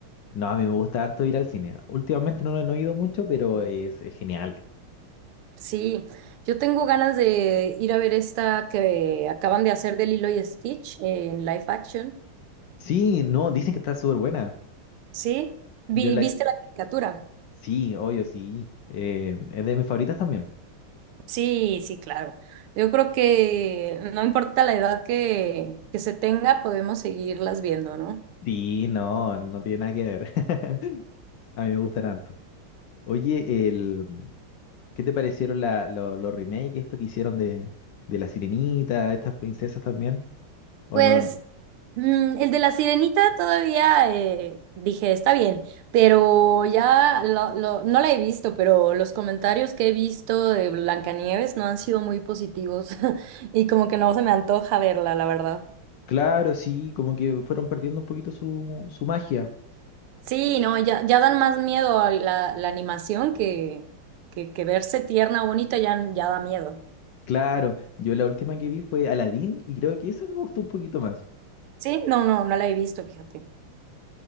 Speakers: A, on the left (about 70°); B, on the right (about 85°).
A: no, a mí me gusta harto ir al cine. Últimamente no, no he ido mucho, pero es, es genial.
B: Sí, yo tengo ganas de ir a ver esta que acaban de hacer de Lilo y Stitch en live action.
A: Sí, no, dicen que está súper buena.
B: Sí, Vi-
A: Yo la...
B: ¿viste la caricatura?
A: Sí, obvio, sí. Eh, es de mis favoritas también.
B: Sí, sí, claro. Yo creo que no importa la edad que, que se tenga, podemos seguirlas viendo, ¿no?
A: Sí, no, no tiene nada que ver. <laughs> A mí me gustan harto. Oye, el... ¿qué te parecieron la, lo- los remakes, esto que hicieron de, de La Sirenita, estas princesas también? O
B: Pues
A: no,
B: Mm, el de la sirenita todavía eh, dije, está bien, pero ya lo, lo- no la he visto, pero los comentarios que he visto de Blancanieves no han sido muy positivos <laughs> y como que no se me antoja verla, la verdad.
A: claro, sí, como que fueron perdiendo un poquito su, su magia.
B: Sí, no, ya, ya dan más miedo a la, la animación que, que, que verse tierna o bonita ya, ya da miedo.
A: Claro, yo la última que vi fue Aladdin y creo que esa me gustó un poquito más.
B: Sí, no, no, no la he visto, fíjate.